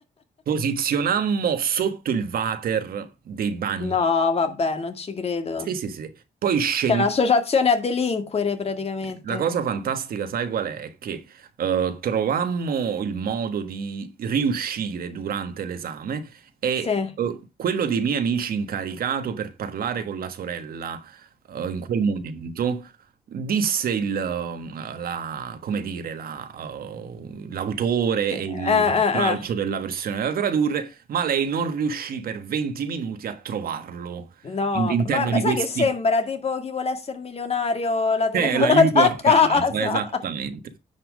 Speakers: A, on the right (about 80°); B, on the left (about 40°).
A: posizionammo sotto il water dei
B: <laughs>
A: bagni.
B: No, vabbè, non ci credo.
A: Sì, sì, sì. Poi scendiamo
B: C'è un'associazione a delinquere praticamente.
A: la cosa fantastica, sai qual è? È che eh, trovammo il modo di riuscire durante l'esame e
B: Sì.
A: eh, quello dei miei amici incaricato per parlare con la sorella eh, in quel momento disse il, eh, la- come dire, la, eh, l'autore
B: Che- Eh,
A: e il tralcio
B: eh, eh.
A: della versione da tradurre, ma lei non riuscì per 20 minuti a trovarlo
B: No,
A: all'interno
B: ma ma
A: di
B: sai
A: questi
B: che sembra tipo chi vuole essere milionario la telefonata
A: eh, l'aiuto a
B: a casa.
A: casa, esattamente.